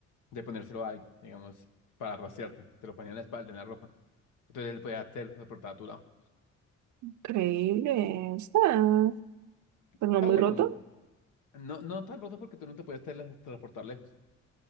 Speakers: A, on the left; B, on the right.
A: de ponérselo a alguien, digamos, para rastrearte. Te lo ponía en la espalda, en la ropa. Entonces él podía teletransportar a tu lado.
B: Increíble, está, pero
A: Está
B: no muy
A: bueno.
B: roto.
A: No, no tan roto porque tú no te puedes teletransportar lejos. O